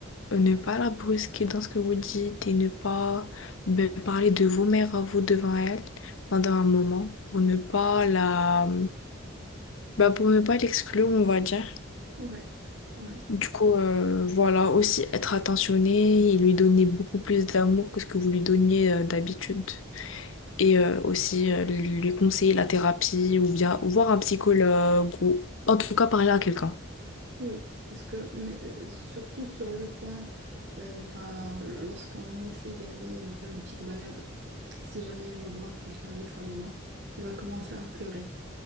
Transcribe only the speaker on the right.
Ouais. Ouais.
Oui, parce que mais, euh, surtout sur le point, euh, enfin, lorsqu'on essaie d'aller euh, faire une petite balade, si jamais elle va voir quelqu'un avec sa maman, elle va commencer à pleurer.